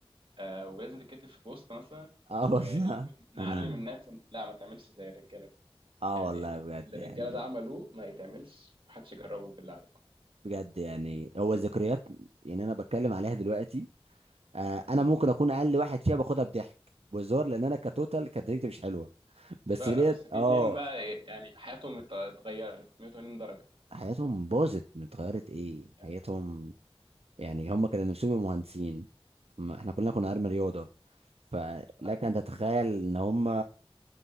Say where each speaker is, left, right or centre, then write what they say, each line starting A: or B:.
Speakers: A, on the right; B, on the right.
A: آه ولازم تتكتب في بوست مثلا
B: اه
A: ولازم
B: والله
A: نعلم
B: <laughs>
A: الناس إن- لا ما تعملش زي الرجاله دي
B: اه
A: يعني
B: والله بجد
A: اللي
B: يعني
A: الرجاله ده عملوه ما يتعملش محدش يجربه بالله عليكم
B: بجد يعني هو الذكريات يعني انا بتكلم عليها دلوقتي آه
A: مم.
B: انا ممكن اكون اقل واحد فيها باخدها بضحك بهزار لان انا كتوتال كانت نتيجتي مش حلوه بس
A: مش فارقه
B: ديت
A: بس في
B: اه
A: اتنين بقى يعني حياتهم ات- اتغيرت 180 درجه
B: حياتهم باظت اتغيرت ايه
A: يعني
B: حياتهم يعني هم كانوا نفسهم يبقوا مهندسين ما احنا كلنا كنا ارمي رياضه فلك
A: عادي.
B: ان تتخيل ان هم